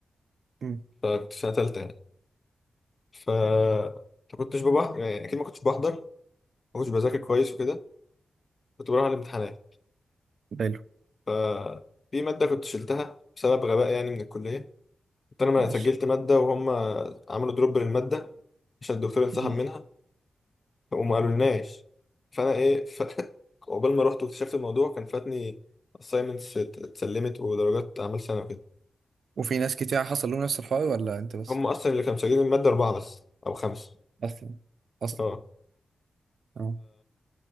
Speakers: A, on the right (about 70°); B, on the left (about 45°).
A: امم
B: فكنت في سنه ثالثه يعني ف ما كنتش ببع... يعني اكيد ما كنتش بحضر ما كنتش بذاكر كويس وكده كنت بروح على الامتحانات
A: حلو
B: ففي مادة كنت شلتها بسبب غباء يعني من الكلية كنت أنا ما
A: ماشي
B: سجلت مادة وهم عملوا دروب للمادة عشان الدكتور انسحب
A: مم.
B: منها وما قالولناش فأنا إيه ف... <laughs> عقبال ما رحت واكتشفت الموضوع كان فاتني assignments ات- اتسلمت ودرجات أعمال سنة وكده
A: وفي ناس كتير حصل لهم نفس الحوار ولا انت بس
B: هم أصلا اللي كانوا مسجلين المادة أربعة بس أو خمسة
A: اصلا اصلا
B: أه
A: اه